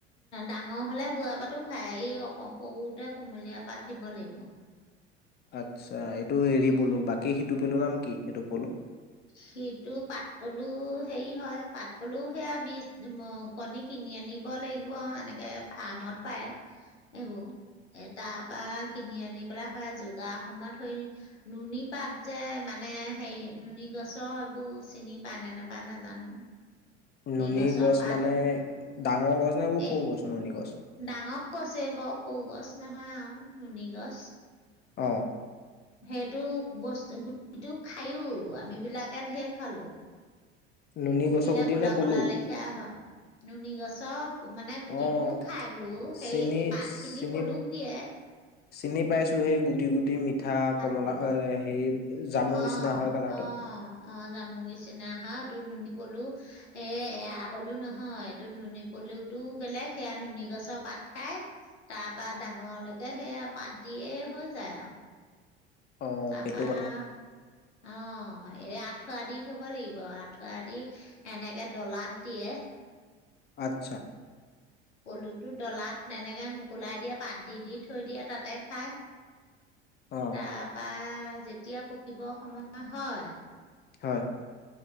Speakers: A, on the left; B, on the left.
A: ডাঙৰ হলে বুঢ়া পাতো খায় এই অক সৰুতে কুমলীয়া পাত দিব লাগিব
B: আচ্ছা এইটো হেৰি পলু বাকী সিটো পলু নে কি সেইটো পলো
A: সিটো পাত পলুও হেৰি হয় পাত পলুও সেয়া বীজ কণী কিনি আনিব লাগিব এনেকে ফাৰ্মত পায় এইেইবোৰ এ তাৰ পৰা কিনি আনি পেলাই হয় যোগাৰ সময়ত হৰি নুনী পাত যে মানে হেৰি নুনী গছৰ এইবোৰ চিনি পা নে নাপা নাজানো
B: নুনী
A: গছৰ
B: গছ
A: পাত
B: মানে ডাঙৰ গছ নাই এইবোৰ
A: এই
B: সৌ গছ নুনী গছ
A: ডাঙৰ গছ এই বৰ সৰু গছ নহয় আৰু নুনি গছ
B: অ
A: সেইটো বস্তু গুটিটো খায়ো আম বিলাকে ঢেৰ খালো
B: নুনী
A: পকিলে
B: গছৰ গুটি
A: কলা
B: নে পলু?
A: কলা লেখিয়া হয় নুন গছৰ মানে গুটিটোও
B: অ',
A: খাই বোলো সেই
B: চিনি
A: পাত খিনি
B: চিনি
A: পলুক দিয়ে
B: চিনি পাইছো সেই গুটি গুটি মি পিঠা
A: পাত
B: কমলা
A: পলু
B: হেৰি জামুৰ
A: অ',
B: নিচিনা হয় কালাৰটো
A: অ', অ জামু নিচিনা হা এইটো নুনী পলু এই এৰা পলু নহয় এইটো নুনী পলুটো বেলেগ সেয়া নুনী গছৰ পাত খাই তাৰ পৰাৰা ডাঙৰলৈকে সেয়া পাত দিয়ে হৈ যায় আৰু
B: অ',
A: তাৰ
B: সেইটো
A: পৰা
B: কথা।
A: অ অ এই আঁঠুৱা দি থব লাগিব আঠুৱা দি এনেকে ডলাত দিয়ে
B: আচ্ছা
A: পলুটো ডলাত তেনেকে মোকুলাই দিয়ে পাত দি-দি থৈ দিয়ে তাতে খায়।
B: অ',
A: তাৰপা যেতিয়া পকিব সময় হয়।
B: হয়।